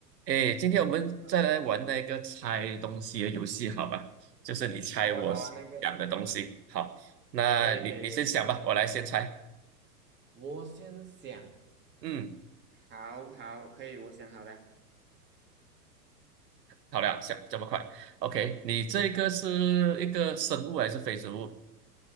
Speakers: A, on the right (about 75°); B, on the right (about 20°).
A: 哎，今天我们再来玩那个猜东西的游戏，
B: 哦，
A: 好吧？就是你猜我想的东西。
B: 好啊，好啊，那个
A: 好，那你你先想吧，
B: 可以，可以，没问题。
A: 我来先猜。
B: 我先想，
A: 嗯，
B: 好好，可以，我想好了。
A: 好了，想这么快？OK，
B: 是
A: 你这个是一个生物还是非生物？
B: <laughs>